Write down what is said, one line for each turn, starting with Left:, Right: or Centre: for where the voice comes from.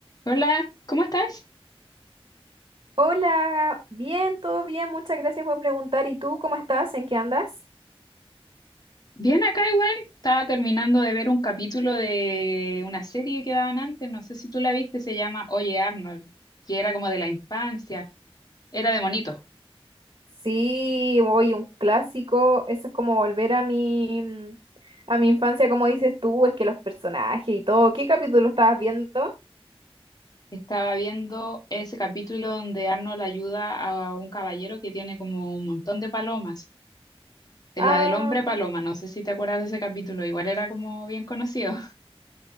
Left: Hola, ¿cómo estás?
Right: Hola, bien, todo bien, muchas gracias por preguntar. ¿Y tú cómo estás? ¿En qué andas?
Left: Bien acá igual. Estaba terminando de ver un capítulo de una serie que daban antes, no sé si tú la viste, se llama Oye Arnold, que era como de la infancia, era de monito.
Right: Sí, hoy un clásico, eso es como volver a mi mm, a mi infancia, como dices tú, es que los personajes y todo. ¿Qué capítulo estabas viendo?
Left: Estaba viendo ese capítulo donde Arnold ayuda a un caballero que tiene como un montón de palomas. eh,
Right: Ah,
Left: La del hombre paloma, no sé si te acuerdas de ese capítulo, igual era como bien conocido. <laughs>